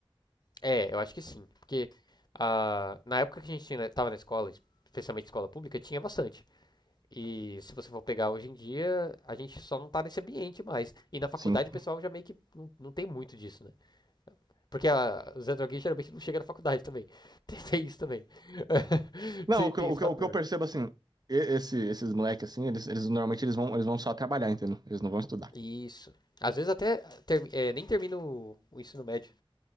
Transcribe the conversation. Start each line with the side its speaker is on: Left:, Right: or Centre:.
Left: É, eu acho que sim. Porque ah, na época que a gente tinha- né, tava na escola, especialmente escola pública, tinha bastante. E se você for pegar hoje em dia, a gente só não tá nesse ambiente mais. E na faculdade
Right: Sim.
Left: o pessoal já meio que não, não tem muito disso, né? Porque a, os androguinhos geralmente não chegam na faculdade também. <laughs> Tem, tem isso também. <laughs>
Right: Não,
Left: Tem,
Right: o
Left: tem
Right: que, eu- o
Left: esse
Right: que,
Left: fator.
Right: eu- o que eu percebo assim, e- esse, esses moleques assim, eles, eles normalmente eles vão, eles vão só trabalhar, entendeu? Eles não vão estudar.
Left: Isso. Às vezes até ter- é, nem termino o- o ensino médio.